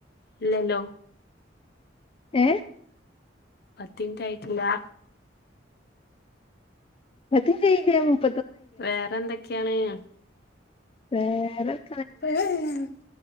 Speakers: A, on the left (about 55°); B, on the left (about 30°).
A: ഇല്ലല്ലോ
B: ഏഹ്
A: പത്തിന് റ്റ് ആയിട്ടില്ലാ
B: <unintelligible>
A: വേറെന്തെക്കെയാണ്
B: വേറെ
A: <unintelligible>